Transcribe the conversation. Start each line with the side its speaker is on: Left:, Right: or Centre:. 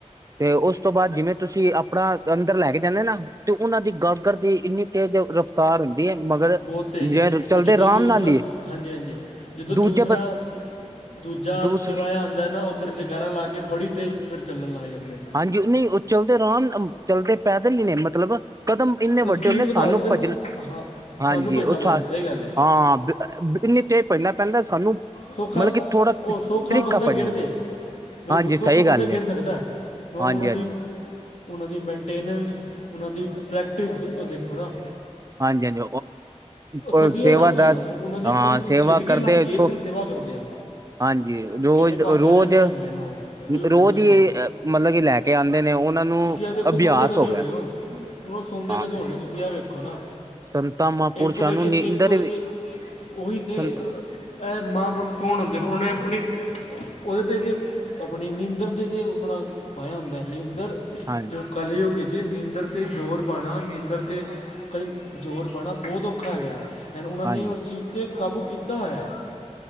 Right: ਤੇ ਉਸ ਤੋਂ ਬਾਦ ਜਿਵੇਂ ਤੁਸੀਂ ਅਪਣਾ ਅੰਦਰ ਲੈ ਕੇ ਜਾਂਦੇ ਨਾ ਤੇ ਉਨਾਂ ਦੀ ਗਾਗਰ ਦੀ ਇੰਨੀ ਤੇਜ-ਤੇਜ ਰਫਤਾਰ ਹੁੰ ਦੀ ਏ ਮਗਰ
Left: ਬੌਤ ਤੇਜ਼
Right: ਜੇ
Left: ਏ,
Right: ਚਲਦੇ
Left: ਓ ਜਦੋਂ
Right: ਆਰਾਮ
Left: ਦੂਸਰਾ
Right: ਨਾਲ ਹੀ
Left: ਹਾਂਜੀ-ਹਾਂਜੀ, ਜਦੋਂ
Right: ਦੂਜੇ
Left: ਦੂਸਰਾ
Right: ਬ
Left: ਦੂਜਾ
Right: ਦੂਸ
Left: ਚੁਰਾਆ ਆਂਦਾ ਨਾ, ਉੱਧਰ ਜਕੈਰਾ ਲਾ ਕੇ ਬੜੀ ਤੇਜ਼ ਫਿਰ ਚੱਲਣ ਲੱਗ ਜਾਂਦੇਨ।
Right: ਹਾਂਜੀ, ਨਈ ਓ ਚਲਦੇ ਰਾਮ, ਚਲਦੇ ਪੈਦਲ ਈ ਨੇ ਮਤਲਬ ਕਦਮ ਇੰਨੇ
Left: ਪਰ ਸਪੀਡ
Right: ਵੱਡੇ ਹੁੰਦੇ,
Left: ਵਧਾ
Right: ਸਾਨੂੰ
Left: ਦਿੰਦੇ ਨੇ
Right: ਭੱਜਣ,
Left: ਤੇ- ਹਾਂ
Right: ਹਾਂਜੀ
Left: ਸਾਨੂੰ ਭਜਣਾ
Right: ਉਹ
Left: ਪੈ
Right: ਸਾ
Left: ਜਾਂਦਾ ਸਹੀ ਗੱਲ ਹੈ
Right: ਹਾਂ। ਬੰਨੀ ਟੇ ਪੜਨਾ ਪੈਨਾ ਪੈਂਦਾ। ਸਾਨੂੰ
Left: ਸੌਖਾ,
Right: ਮਤਲਬ ਕਿ ਥੋੜਾ
Left: ਉਹ
Right: ਤਰੀਕਾ
Left: ਸੌਖਾ ਬੰਦਾ
Right: ਪੈ
Left: ਗ੍ਹੇੜਦੇ
Right: ਜਾਂਦਾ ਵੇ
Left: ਹੈ। ਬਿਲਕੁਲ,
Right: ਹਾਂਜੀ
Left: ਸੌਖਾ
Right: ਸਹੀ
Left: ਬੰਦਾ
Right: ਗੱਲ
Left: ਗ੍ਹੇੜ
Right: ਏ
Left: ਸਕਦਾ, ਮੈਂ ਉਹਨਾਂ
Right: ਹਾਂਜੀ
Left: ਦੀ
Right: ਹਾਂਜੀ
Left: ਉਹਨਾਂ ਦੀ ਮੇਨਟੇਨੈਂਸ, ਉਹਨਾਂ ਦੀ ਪ੍ਰੈਕਟਿਸ ਦੇਖੋ ਨਾ।
Right: ਹਾਂਜੀ ਹਾਂਜੀ
Left: ਸਦੀਆਂ
Right: ਉਹ ਸੇਵਾ
Left: ਲੰਘ ਗਈਆਂ‌
Right: ਦਾ
Left: ਉਹਨਾਂ ਨੂੰ, ਉਹਨਾਂ ਦੀ
Right: ਹਾਂ
Left: ਪੂਰੀ
Right: ਸੇਵਾ
Left: ਜ਼ਿੰਦਗੀ
Right: ਕਰਦੇ
Left: ਲੱ ਗੀ
Right: ਛੋ
Left: ਸਿਰਫ ਸੇਵਾ ਕਰਦਿਆਂ।
Right: ਹਾਂਜੀ ਰੋਜ਼
Left: ਕਿੰਨੇ ਭਾਗਾਂ
Right: ਰੋਜ਼
Left: ਵਾਲੀ ਰੂਹਾ ਹੈਗੀਆਂ ਨ ਓਹ, ਬਿਲਕੁਲ-ਬਿਲਕੁਲ।
Right: ਰੋਜ਼ ਹੀ ਮਤਲਬ ਕਿ ਲੈ ਕੇ ਆਉਂਦੇ ਨੇ ਉਹਨਾਂ ਨੂੰ
Left: ਤੁਸੀਂ ਆ ਦੇਖੋ,
Right: ਅਭਿਆਸ
Left: ਸੋਂਦੇ ਕਦੋ
Right: ਹੋ ਗਿਆ
Left: ਹੋਣੇ ਓ? ਉਹ ਸੌਦੇ
Right: ਹਾਂ
Left: ਕਦੋਂ ਹੋਣੇ? ਤੁਸੀਂ ਆ ਵੇਖੋ ਨਾ,
Right: ਸੰਤਾਂ ਮਹਾਂਪੁਰਸ਼ਾਂ
Left: ਇੱਕ ਵਜੇ-ਇੱਕ
Right: ਨੂੰ ਨੀਂਦਰ
Left: ਵਜੇ,
Right: ਵੀ
Left: ਉਹੀ ਤੇ।
Right: ਸੰਤ
Left: ਐ, ਮਹਾਂਪੁਰਖ ਕੌਣ ਹੁੰਦੇ? ਉਹਨਾ ਨੇ ਅਪਣੀ ਉਹਦੇ ਤੇ ਤੇ, ਆਪਣੀ ਨੀਂਦਰ ਤੇ ਤਾਂ ਆਪਣਾ ਪਾਇਆ ਹੁੰਦਾ, ਨੀਂਦਰ
Right: ਹਾਂਜੀ
Left: ਜੋ ਕਲੀਯੋਗੀਈ'ਚ ਨੀਂਦਰ 'ਤੇ ਜ਼ੋਰ ਪਾਉਣਾ ਨੀਂਦਰ ਤੇ ਕ ਜ਼ੋਰ ਪਾਣਾ, ਬਹੁਤ ਔਖਾ ਹੈਗਾ। ਐਣ ਓਹਨਾਂ
Right: ਹਾਂਜੀ
Left: ਨੇ ਉਸ ਚੀਜ਼ 'ਤੇ ਕਾਬੂ ਕੀਤਾ ਹੋਇਆ ਐ।